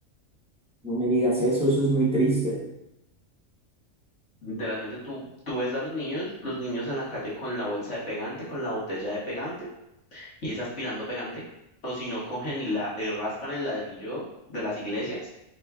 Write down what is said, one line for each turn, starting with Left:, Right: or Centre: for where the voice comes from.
Centre: No me digas eso, eso es muy triste.
Left: Literalmente tú, tú ves a los niños, los niños en la calle con la bolsa de pegante, con la botella de pegante, y es aspirando pegante, o si no cogen y, la, y raspan el ladrillo de las iglesias